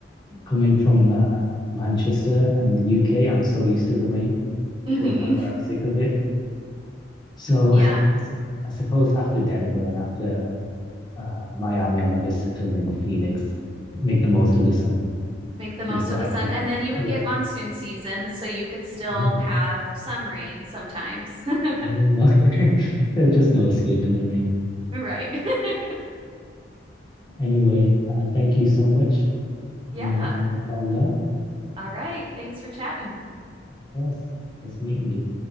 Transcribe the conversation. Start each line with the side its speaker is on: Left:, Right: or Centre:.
Right: Yeah.
Left: Coming from uh, Manchester and the UK, I'm so used to the rain
Right: hmm
Left: to a point where I'm sick of it. So
Right: Yeah,
Left: <laughs> I, s- I suppose after Denver and after uh, Miami, I might just settle in Phoenix, make the most of the sun
Right: make the most
Left: before
Right: of the
Left: I
Right: sun.
Left: head out.
Right: And then you would
Left: Yeah.
Right: get monsoon season, so you could still
Left: Oh,
Right: have some rain sometimes. <laughs>
Left: oh no. <laughs> There's just no escaping the rain.
Right: Right. <laughs>
Left: Anyway, uh, thank you so much.
Right: Yeah.
Left: I'm going to end the call there.
Right: All right. Thanks for chatting.
Left: Of course. Nice meeting you.